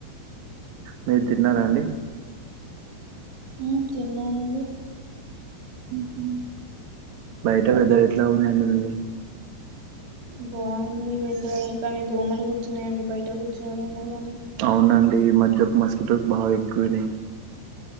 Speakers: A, on the right (about 60°); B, on the right (about 75°).
A: మీరు తిన్నారా అండి
B: ఉమ్ తిన్నానండి
A: ఉమ్ హు బయటనే బయట్ల ఉనమండి మేము
B: బాగుంది ఇద్ద కానీ దోమలు కూర్చున్నాయండి బయట కూర్చోవడం వల్ల
A: అవునండి ఈ మధ్య మస్కిటోస్ బాగా ఎక్కువనాయి